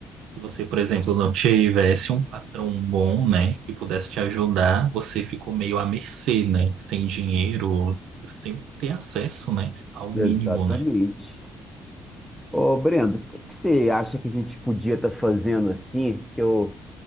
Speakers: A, on the right; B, in the centre.
A: se você, por exemplo, não tivesse um patrão bom, né, que pudesse te ajudar, você ficou meio à mercê, né, sem dinheiro, sem ter acesso, né, ao
B: Exatamente.
A: mínimo, né.
B: Ô, Brendo, o que que você acha que a gente podia estar fazendo assim? Que eu,